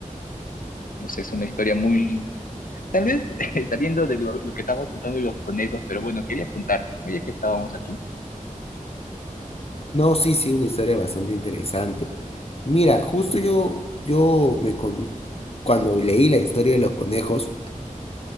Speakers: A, on the left; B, on the left.
A: No sé, es una historia muy Tal vez <laughs> saliendo de lo, lo que estábamos contando de los conejos, pero bueno, quería contarte, ¿no? Ya que estábamos aquí,
B: No, sí, sí, una historia bastante interesante. Mira, justo yo, yo me con... cuando leí la historia de los conejos,